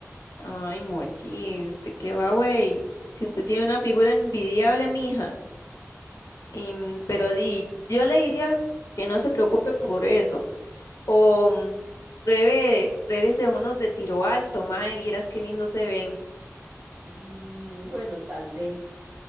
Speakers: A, on the left; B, on the right.
A: Ay, Mochi, ¿usted qué va, güey? Si usted tiene una figura envidiable, mija. Em, pero di, yo le diría que no se preocupe por eso. O mm, pruebe, pruebes de unos de tiro alto, mae, vieras qué lindos se ven.
B: Mm, bueno, tal vez,